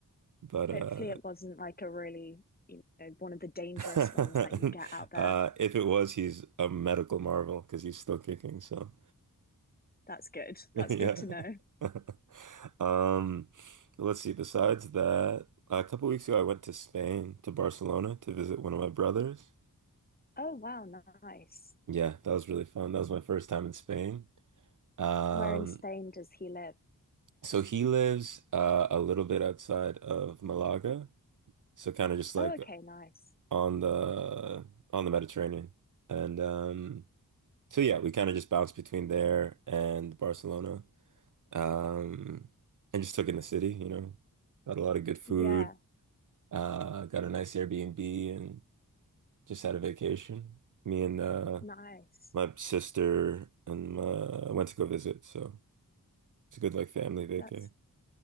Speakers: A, on the right; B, on the left.
A: But uh,
B: Hopefully it wasn't like a really, you know, one of the dangerous
A: <laughs> uh,
B: ones that you get out there.
A: if it was, he's a medical marvel because he's still kicking. So
B: That's good.
A: <laughs> yeah.
B: That's good to know.
A: <laughs> Um, let's see. Besides that, a couple weeks ago, I went to Spain to Barcelona to visit one of my brothers.
B: Oh wow, nice.
A: Yeah, that was really fun. That was my first time in Spain. Um,
B: Where in Spain does he live?
A: So he lives uh, a little bit outside of Malaga, so kind of just like
B: Oh, okay, nice.
A: on the on the Mediterranean. And um, so yeah, we kind of just bounced between there and Barcelona, um, and just took in the city. You know, got a lot of good food,
B: Yeah,
A: uh, got a nice Airbnb, and just had a vacation. Me and uh,
B: nice.
A: my sister and uh, went to go visit, so it's a good like family vacay.
B: That's